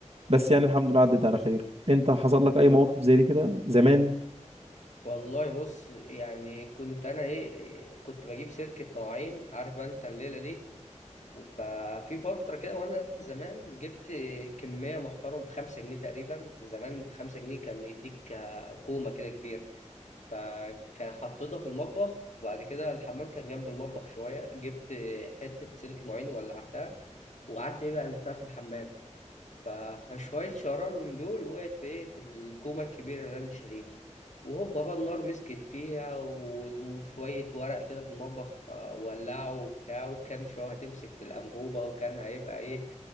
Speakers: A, on the right (about 55°); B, on the left (about 70°).
A: بس يعني الحمد لله عدت على خير انت حصل لك اي مواقف زي دي كده زمان
B: والله بص يعني كنت انا ايه كنت بجيب سلكة مواعين عارف انت الليلة دي ففي فترة كده وانا زمان جبت كمية محترم بخمسة جنيه تقريبا زمان بخمسة جنيه كان يديك آه، كومة كده كبيرة فكان حطيتها في المطبخ وبعد كده الحمام كان جنب المطبخ شوية جبت حتة سلك معين ولعتها وقعدت إيه بقى ألفها في الحمام ف- فشوية شرار من دول وقعت في إيه في الكومة الكبيرة اللي أنا شاريها وهوبا بقى النار مسكت فيها و- وشوية ورق كده في المطبخ آه، ولعوا وبتاع وكان شوية هتمسك في الأنبوبة وكان هيبقى إيه